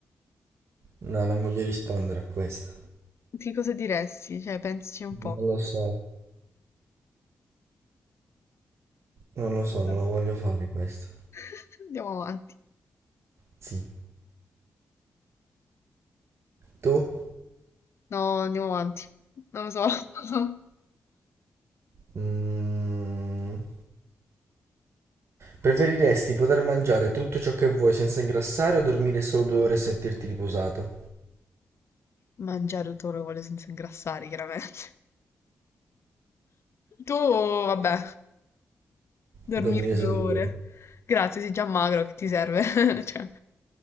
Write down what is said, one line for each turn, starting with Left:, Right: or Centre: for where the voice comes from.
Right: No, non voglio rispondere a questa.
Left: Che cosa diresti? Cioè, pensaci un po'.
Right: Non lo so. Non lo so,
Left: Vabbè.
Right: non lo voglio fare questo.
Left: <laughs> Andiamo avanti.
Right: Sì. Tu?
Left: No, andiamo avanti. Non lo so. <laughs> non lo so.
Right: Mm. Preferiresti poter mangiare tutto ciò che vuoi senza ingrassare o dormire solo due ore e sentirti riposato?
Left: Mangiare tutto quello che vuole senza ingrassare, chiaramente. Tu, vabbè. Dormire
Right: Dormire
Left: 2
Right: solo
Left: ore.
Right: due ore.
Left: Grazie, sei già magro, che ti serve? <laughs> Cioè.